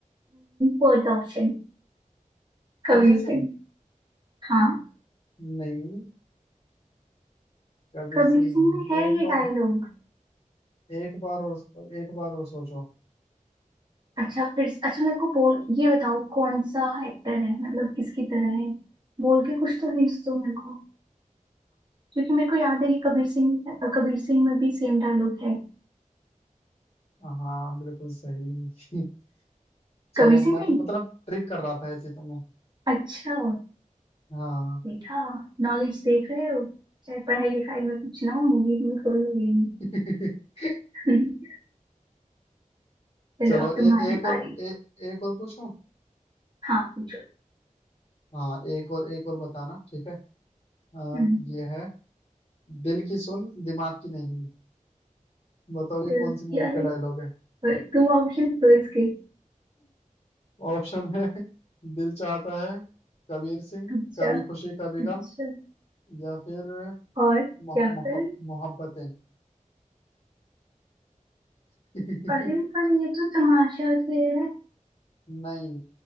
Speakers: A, on the right; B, on the left.
A: Fourth option Kabir
B: कबीर सिंह
A: Singh हाँ
B: नहीं कबीर
A: कबीर
B: सिंह
A: सिंह
B: नहीं
A: में है
B: एक
A: ये
B: बार
A: डायलॉग
B: एक बार और एक बार और सोचो
A: अच्छा फिर अच्छा मेरे को बोल ये बताओ कौन सा एक्टर है मतलब किसकी तरह है बोल के कुछ तो हिंट्स दो मेरे को क्योंकि मेरे को याद है ये कबीर सिंह कबीर सिंह में भी सेम डायलॉग है
B: हाँ बिल्कुल सही <laughs> चलो
A: कबीर सिंह
B: मैं
A: में
B: तो
A: ही?
B: मतलब ट्रिक कर रहा था ऐसे तो मैं
A: अच्छा
B: हाँ
A: देखा नॉलेज देख रहे हो चाहे पढ़ाई लिखाई में कुछ ना हो मूवी में कोई मिलेगी
B: <laughs>
A: <laughs> चलो
B: चलो
A: अब
B: ए,
A: तुम्हारी
B: एक
A: बारी
B: और ए, एक और पूछूं
A: हाँ पूछो
B: हाँ एक और एक और बताना ठीक है आ,
A: हम्म,
B: ये है दिल की सुन दिमाग की नहीं बताओ ये
A: तो
B: कौन सी मूवी
A: यार
B: का डायलॉग है
A: तुम ऑप्शन दो इसके
B: ऑप्शन है <laughs> दिल चाहता है कबीर सिंह
A: अच्छा
B: कभी खुशी कभी
A: अच्छा
B: गम या फिर
A: और
B: मोह-
A: या
B: मोहब-
A: फिर
B: मोहब्बतें <laughs>
A: अरे पर ये तो तमाशा से है
B: नहीं